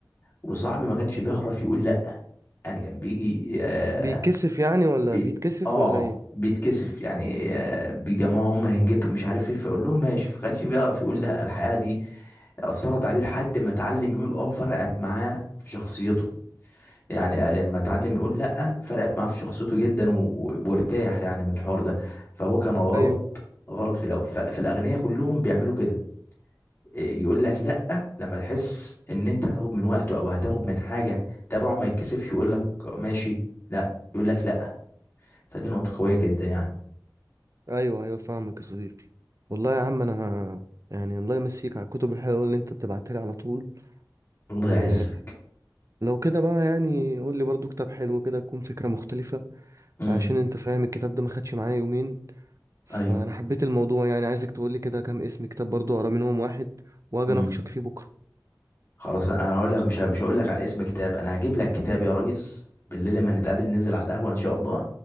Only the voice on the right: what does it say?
بيتكسف يعني ولا
بيتكسف
ولا ايه
مم.
ايوه
ايوه ايوه فاهمك يا صديقي والله يا عم انا يعني الله يمسيك على الكتب الحلوه اللي انت بتبعتها لي على طول
ولو
كده بقى يعني قول لي برضو كتاب حلو كده تكون فكره مختلفه
عشان انت فاهم الكتاب ده ما خدش معايا يومين فانا
حبيت الموضوع يعني عايزك تقول لي كده كام اسم كتاب برضو اقرا منهم واحد واجي
اناقشك فيه بكره